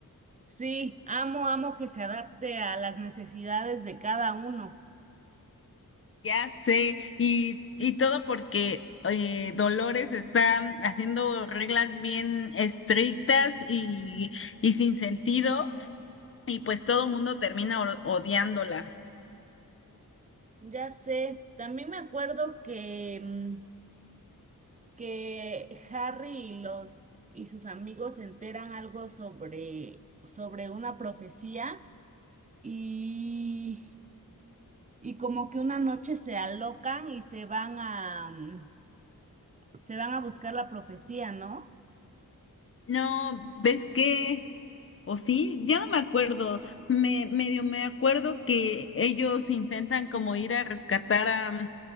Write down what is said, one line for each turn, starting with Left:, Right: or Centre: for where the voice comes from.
Right: Sí, amo, amo que se adapte a las necesidades de cada uno.
Left: Ya sé, y, y todo porque eh, Dolores está haciendo reglas bien estrictas y, y sin sentido, y pues todo el mundo termina o- odiándola.
Right: Ya sé, también me acuerdo que, mm, que Harry y los y sus amigos se enteran algo sobre, sobre una profecía y, y como que una noche se alocan y se van a mm, se van a buscar la profecía, ¿no?
Left: No, ¿ves qué? ¿O sí? Ya no me acuerdo. Me medio me acuerdo que ellos intentan como ir a rescatar a,